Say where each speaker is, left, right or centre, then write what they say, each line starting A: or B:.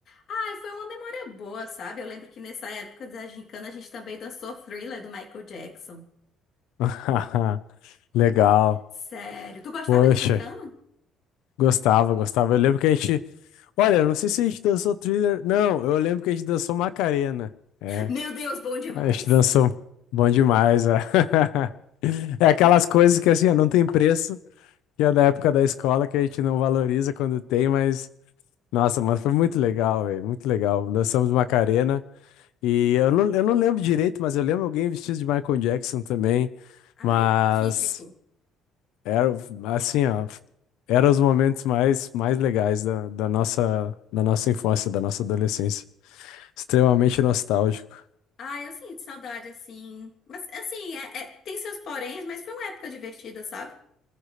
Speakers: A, on the left (about 45°); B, on the left (about 80°).
A: Ai, foi uma memória boa, sabe? Eu lembro que nessa época da gincana a gente também dançou Thriller do Michael Jackson.
B: <laughs> Legal.
A: Sério. Tu gostava
B: Poxa,
A: de gincana?
B: gostava, gostava. Eu lembro que a gente, olha, eu não sei se a gente dançou thriller. Não, eu lembro que a gente dançou Macarena. É,
A: Meu Deus, bom demais.
B: a gente dançou bom demais. É, <laughs> é aquelas
A: Bom. de-
B: coisas que assim, ó, não tem preço, que é da época da escola que a gente não valoriza quando tem, mas Nossa, mas foi muito legal, velho. Muito legal. Dançamos Macarena. E eu não, eu não lembro direito, mas eu lembro alguém vestido de Michael Jackson também. Mas
A: Ai, típico.
B: era assim, ó. Eram os momentos mais, mais legais da, da nossa, da nossa infância, da nossa adolescência. Extremamente nostálgico.
A: Ai, eu sinto saudade assim. Mas assim, é- é- tem seus poréns, mas foi uma época divertida, sabe?